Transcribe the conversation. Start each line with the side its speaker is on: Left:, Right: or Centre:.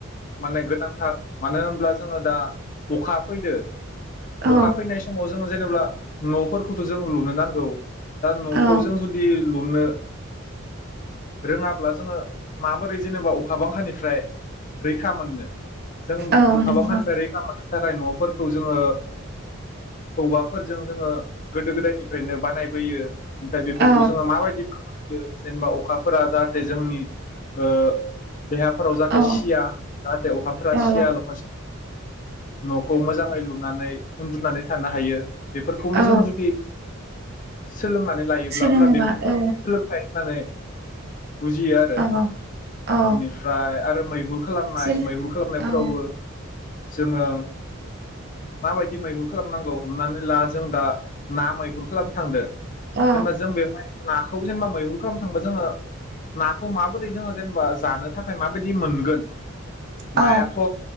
Left: माने गोनांथार मानो होनब्ला जोङो दा अखा फैदो
Right: औ
Left: अखा फैनाय समाव जोङो जेनेबा नफोर खौथ जों लुनो नांगौ दा नखौ
Right: औ
Left: जों जुदि लुनो रोङाब्ला जोङो माबोरै जेनेबा अखा बांखानिफ्राय रैखा मोननो जों
Right: औ
Left: अखा
Right: नंगौ
Left: बांखानिफ्राय रैखा मोनो थाखाय नफोरखौ जोङो ओ औवाफोरजों जोङो गोदो गोदायनिफ्रायनो बानायबोयो ओमफ्राय बेफोरखौ
Right: औ
Left: जोङो माबायदि जेनेबा अखा अखाफोरा जाहाथे जोंनि ओ देहाफोराव जाहाथे
Right: औ
Left: सिया जाहाथे अखाफोरा
Right: औ
Left: सिया लखा नखौ मोजाङै लुनानै उन्दुनानै थानो हायो बेफोरखौनो
Right: औ
Left: जों जुदि सोलोंनानै लायोब्ला
Right: सोलोङोबा
Left: होमब्ला बेफोर सोलोंथाय
Right: औ
Left: होननानै बुजियो आरो
Right: औ औ
Left: बेनिफ्राय आरो मैहुर खालामनाय
Right: सोर
Left: मैहुर खालामनायफोरावबो
Right: औ
Left: जोङो माबायदि मैहुर खालामनांगौ हमनानै ला जों दा ना मैहुर खालाम थांदो
Right: औ
Left: जेनबा जों बेवहाय नाखौ जेनेबा मैहुर खालाम थांबा जोङो नाखौ माबोरै जोङो जेनेबा जानो थाखाय माबायदि मोनगोन
Right: औ
Left: नायाथ'